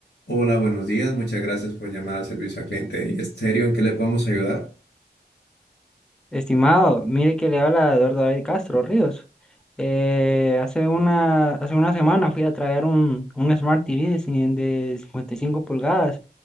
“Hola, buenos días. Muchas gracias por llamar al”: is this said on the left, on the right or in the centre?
Left